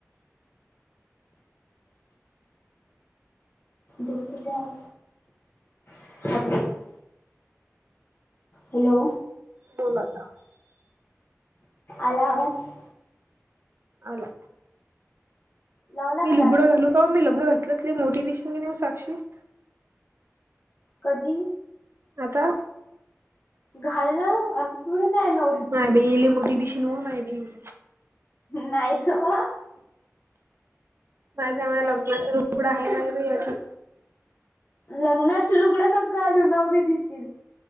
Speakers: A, on the left; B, on the right.
A: डुबते जाऊ. <unintelligible> हॅलो.
B: बोल आता
A: आला आवाज
B: आला.
A: लावला
B: मी
A: का
B: लुगडं
A: दादा फोन
B: घालू का मी लुगडं घातल तरी मोठी दिशीन साक्षी.
A: कधी?
B: आता.
A: घालव असं थोडी नाय नव
B: नाय बाई लय मोठी दिशिन ओ नाय बाई मी.
A: नाय तवा
B: माझ्या जवळ
A: नाही
B: लग्नाचं
A: दिसत
B: लुगड हाय नाय बाय अजून.
A: लग्नाच लुगडं नको घालू नवरी दिसशील.